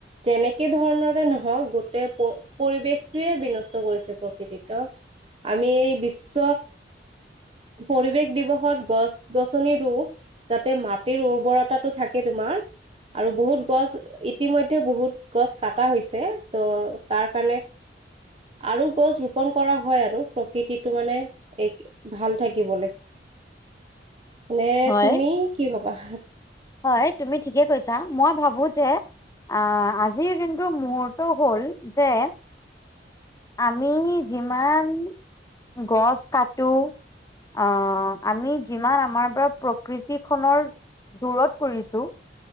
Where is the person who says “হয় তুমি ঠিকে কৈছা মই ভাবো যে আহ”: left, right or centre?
Left